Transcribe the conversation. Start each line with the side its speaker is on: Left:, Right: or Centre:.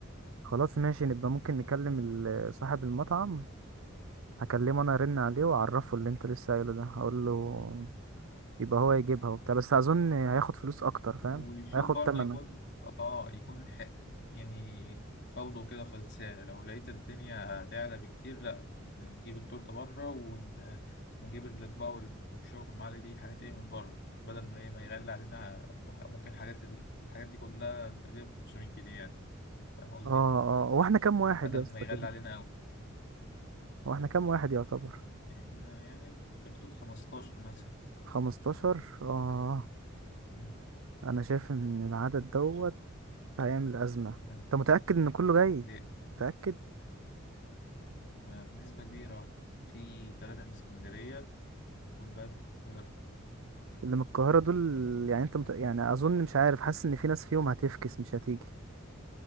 Right: خلاص ماشي نبقى ممكن نكلم ال- صاحب المطعم هكلمه انا ارن عليه واعرفه اللي انت لسه قايله ده هقول له يبقى هو يجيبها وبتاع بس اظن هياخد فلوس اكتر فاهم
Left: ويشوف
Right: هياخد
Left: برضو
Right: تمنه
Left: يكون اه يكون حق يعني فوضه كده في السعر لو لقيت الدنيا هتعلى بكتير لا نجيب التورتة بره ون... ونجيب الأطباق والشوك المعالي دي حاجات ايه من بره بدل ما ايه ما يغلي علينا ممكن حاجات ال- الحاجات دي كلها نقلبها ب 500 جنيه يعني فاهم قصدي؟
Right: اه اه هو احنا كام واحد
Left: بدل
Right: يا اسطى
Left: ما يغلي
Right: كده
Left: علينا أوي
Right: هو احنا كام واحد يعتبر
Left: احنا يعني في حدود 15 مثلا
Right: 15 اه
Left: مم.
Right: انا شايف ان العدد دوت هيعمل أزمة
Left: مم.
Right: أنت متأكد إن كله جاي
Left: ليه؟
Right: متأكد
Left: ما بنسبة كبيرة في تلاتة من اسكندرية والباقي من القاهرة.
Right: اللي من القاهرة دول يعني أنت مت... يعني أظن مش عارف حاسس إن في ناس فيهم هتفكس مش هتيجي